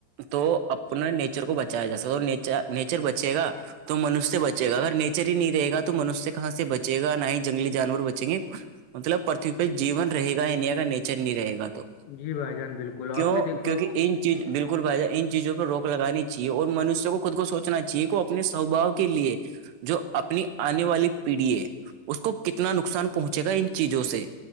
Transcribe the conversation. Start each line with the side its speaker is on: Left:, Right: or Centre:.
Right: تو اپنا نیچر کو بچایا جا سک اور نیچر نیچر بچے گا تو منشیہ بچے گا اگر نیچر ہی نہیں رہے گا تو منشیہ کہاں سے بچے گا نہ ہی جنگلی جانور بچیں گے مطلب پرتھوی پہ جیون رہے گا انڈیا کا نیچر نہیں رہے گا تو
Left: جی بھائی جان بالکل
Right: کیوں
Left: آپ نے دیکھ
Right: کیونکہ ان چیز بالکل بھائیا ان چیزوں پر روک لگانی چاہے اور منشوں کو خود کو سوچنا چاہے کہ اپنے سوباؤ کے لیے جو اپنی آنے والی پیڑھی ہے اس کو کتنا نقصان پہنچے گا ان چیزوں سے